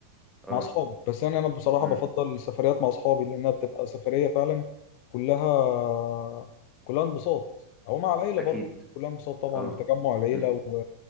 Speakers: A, in the centre; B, on the left.
A: اه
B: مع اصحابي بس يعني انا بصراحه
A: مم،
B: بفضل السفريات مع اصحابي لانها بتبقى سفريه فعلا كلها كلها انبساط او مع العيله
A: اكيد
B: برضه كلها انبساط طبعا
A: اه
B: بتجمع العيله
A: مم،
B: و...